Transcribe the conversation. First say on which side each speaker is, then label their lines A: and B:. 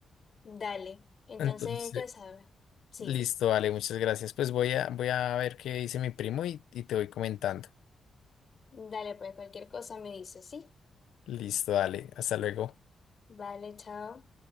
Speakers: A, on the left (about 50°); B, on the left (about 85°).
A: dale, entonces
B: Entonces,
A: ya sabes, sí.
B: listo, dale, muchas gracias. Pues voy a, voy a ver qué dice mi primo y, y te voy comentando.
A: Dale, pues cualquier cosa me dices, ¿sí?
B: Listo, dale, hasta luego.
A: Vale, chao.